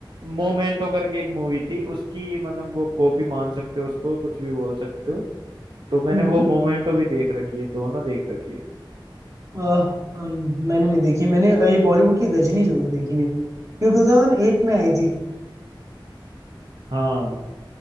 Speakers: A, on the right (about 60°); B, on the right (about 35°).
A: मोमेंटो करके एक मूवी थी उसकी मतलब वो कॉपी मान सकते हो उसको कुछ भी बोल सकते हो तो मैंने
B: हम्म हम्म।
A: वो मोमेंटो भी देख रखी है दोनों देख रखी है
B: अ, अम, मैंने नहीं देखी मैंने अ, ये बॉलीवुड की गजनी जरूर देखी है ये 2008 में आई थी
A: हाँ